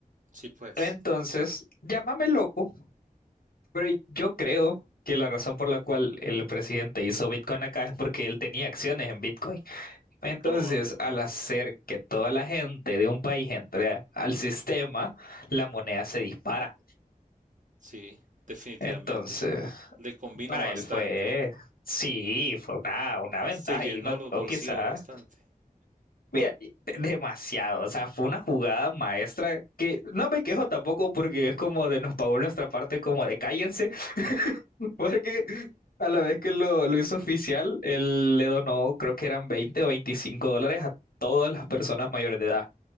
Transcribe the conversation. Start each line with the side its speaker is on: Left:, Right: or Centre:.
Right: Sí, pues,
Left: Entonces, llámame loco Pero yo creo que la razón por la cual el presidente hizo Bitcoin acá es porque él tenía acciones en Bitcoin. Entonces,
Right: probablemente.
Left: al hacer que toda la gente de un país entre al sistema, la moneda se dispara.
Right: Sí, definitivamente.
Left: Entonces,
Right: Le combinó
Left: para
Right: bastante.
Left: él fue, sí, fue una, una ventaja
Right: Se llenó
Left: y no
Right: los
Left: o
Right: bolsillos
Left: quizás,
Right: bastante.
Left: mira, y- demasiado. O sea, fue una jugada maestra que no me quejo tampoco porque es como de nos pagó nuestra parte como de cállense. Porque a la vez que lo, lo hizo oficial, él le donó, creo que eran 20 o 25 dólares a todas las personas mayores de edad.